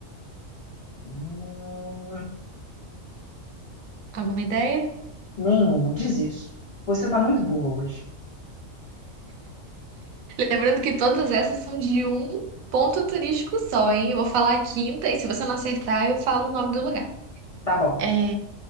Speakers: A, on the left; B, on the right.
A: Hum,
B: Alguma ideia?
A: nenhuma, desisto. Você tá muito boa hoje.
B: Lembrando que todas essas são de um ponto turístico só, hein? Eu vou falar a quinta e se você não acertar, eu falo o nome do lugar.
A: Tá bom.
B: É,